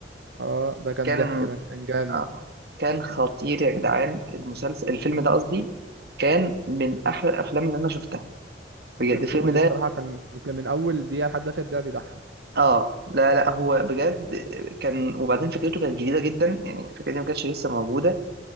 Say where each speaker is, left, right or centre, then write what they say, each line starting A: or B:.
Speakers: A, on the right; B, on the right.
A: اه ده كان
B: كان
A: ضحك ده كان جامد
B: آه، كان خطير يا جدعان المسلسل الفيلم ده قصدي كان من احلى الافلام اللي انا شفتها بجد
A: كان
B: الفيلم
A: كوميدي
B: ده
A: الصراحة كان كان من أول دقيقة لحد آخر دقيقة بيضحك
B: اه لا لا هو بجد كان وبعدين فكرته كانت جديده جدا يعني الفكره دي ما كانتش لسه موجوده